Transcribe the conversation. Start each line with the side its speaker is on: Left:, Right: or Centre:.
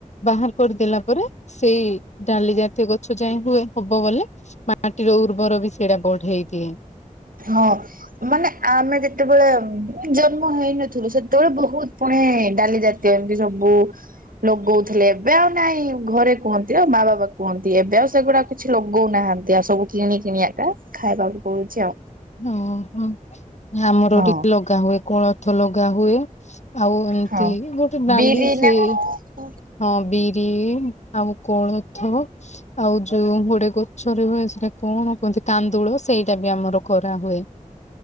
Left: ବାହାର କରିଦେଲା ପରେ ସେଇ ଡାଲି ଜାତୀୟ ଗଛ ଯାଏ ହୁଏ ହବବୋଲେ ମାଟିର ଉର୍ବର ବି ସେଇଟା ବଢେଇ ଦିଏ।
Right: ହଁ। ମାନେ ଆମେ ଯେତେବେଳେ ଜନ୍ମ ହେଇନଥିଲୁ ସେତେବେଳେ ବୋହୁତ ପୁଣି ଡାଲି ଜା କେମିତି ସବୁ ଲଗୋଉଥିଲେ ଏବେ ଆଉ ନାଇଁ ଘରେ କୁହନ୍ତି ଆଉ ମା ବାବା କୁହନ୍ତି ଏବେ ଆଉ ସେଗୁଡାକ କିଛି ଲଗୋଉ ନାହାନ୍ତି ଆଉ ସବୁ କିଣି କିଣିବା ଏକା ଖାଇବାକୁ ପଡୁଚି ଆଉ।
Left: ଓହୋ ଆମର
Right: ହଁ।
Left: ଟିକେ ଲଗା ହୁଏ। କୋଳଥ ଲଗା ହୁଏ ଆଉ ଏମିତି
Right: ହଁ
Left: ଗୋଟେ ଡାଲି
Right: ବିରି
Left: ସେ
Right: ନା କଣ
Left: ହଁ ବିରି ଆଉ କୋଳଥ ଆଉ ଯୋଉ ଗୋଟେ ଗଛରେ ହୁଏ ସେଟା କଣ କୁହନ୍ତି କାନ୍ଦୁଳ ସେଇଟା ବି ଆମର କରାହୁଏ। ହ